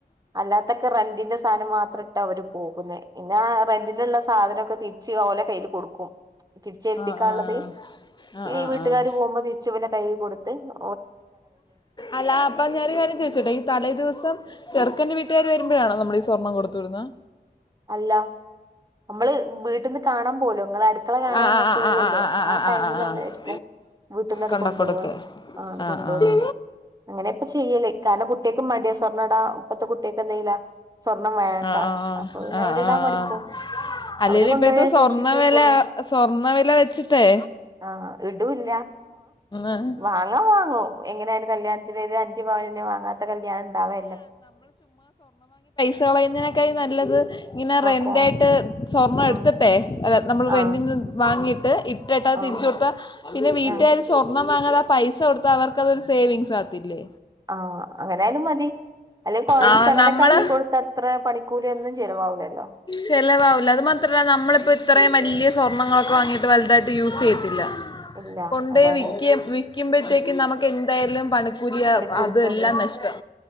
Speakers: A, on the right; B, on the left.
A: അല്ലാത്തൊക്കെ റെന്റിന്റെ സാധനം മാത്രം ഇട്ട അവര് പോകും പിന്നെ ആ റെന്റിനുള്ള സാധനോക്കെ തിരിച്ച് ഓലെ കയ്യില് കൊടുക്കും തിരിച്ചേൽപ്പിക്കാൻള്ളത്
B: ആഹ് ആഹ് ആഹ്
A: ഈ
B: ആഹ്
A: വീട്ടുകാര്
B: ആഹ്
A: പോകുമ്പോ തിരിച്ച് ഇവരെ കയ്യിൽ കൊടുത്ത് ത്
B: അല്ല അപ്പ ഞാനൊരൂ കാര്യം ചോയിച്ചോട്ടെ ഈ തലേദിവസം ചെറുക്കന്റെവീട്ട പേര് വരുമ്പോഴാണോ നമ്മൾ ഈ സ്വർണ്ണം കൊടുത്തുവിടുന്നത്.
A: അല്ല നമ്മള് വീട്ട്ന്ന് കാണാൻ പോലോ നിങ്ങള് അടുക്കള കാണാൻ
B: ആഹ് ആഹ്
A: പോവല്ലോ
B: ആഹ് ആഹ് ആഹ് ആഹ്
A: ആ ടൈമിൽഅന്നേര്ക്കും
B: ആഹ് ആഹ് ആഹ് ആഹ്
A: വീട്ടന്നങ്
B: കൊണ്ട
A: കൊണ്ടോവാ
B: കൊടുക്ക്
A: ആ
B: ആഹ്
A: കൊണ്ടോടക്കും
B: ആഹ്
A: അങ്ങനെ ഇപ്പ ചെയ്യല് കാരണം കുട്ടെ ക്കും വേണ്ടേ സ്വർണ്ണംടാ ഇപ്പത്തെ കുട്ടെൾക്കെ എന്ദ്ദേയില സ്വർണം വേണ്ട
B: ആഹ് ആഹ്
A: പിന്ന
B: ആഹ്
A: അവരിടാ
B: ആഹ്
A: മടിക്കും
B: അല്ലേലും
A: അവര് കൊണ്ടോയാ
B: ഇപ്പഴത്തെ സ്വർണ്ണ
A: സൂക്ഷിച്ചു വെക്കുള്ളൂ
B: വില സ്വർണ്ണ വില വെച്ചിട്ടേ
A: ആ ഇടൂല്ല
B: ആഹ്
A: വാങ്ങാം വാങ്ങും എങ്ങനെയായാലും കല്യാണത്തിന് ഒരു അഞ്ചു പവനെ വാങ്ങാത്ത കല്യാണം ഇണ്ടാവേല്ല
B: കളയുന്നതിനേക്കായി നല്ലത് ഇനറെൻ
A: കോ
B: ഇതായിട്ട് സ്വർണ്ണം എടുത്തിട്ടെ
A: ആഹ്
B: അല്ല നമ്മൾ
A: ആഹ്
B: റെന്റിന്ന് വാങ്ങിട് ത് ഇപ്പ് ഇട്ടാ
A: ആഹ്
B: തിരിച്ച് കൊടുത്താ പിന്നെ വീട്ടുകാര്
A: ആഹ്
B: സ്വർണ്ണം വാങ്ങാത പൈസ കൊടുത്താ അവർക്ക് അതൊരു സേവിങ്സ് ആത്തില്ലേ
A: ആ അങ്ങനായാലും മതി അല്ലെങ്കി കോയിൻസ്
B: ആ
A: അങ്ങനെക്കെ
B: നമ്മള്
A: ആക്കി കൊടുത്ത അത്ര പണിക്കൂലിഒന്നും ചെലവാവൂലല്ലോ
B: ചെലവാവുല്ല അത് മാത്രല്ല നമ്മളിപ്പോ ഇത്രയും വല്ല്യ അമ്മമാർക്ക് വാങ്ങിയിട്ട് വലുതായിട്ട് യൂസ് ചെയ്യതില്ല
A: ഇല്ല
B: കൊണ്ടെയി
A: അതാണ്
B: വിക്കേം വിക് പിക്കുമ്പോത്തേക്കും നമക്ക് എന്തായാലും പണ കുരിയ
A: പണിക്കൂലിപ്പോ
B: അതെല്ലാം നഷ്ടം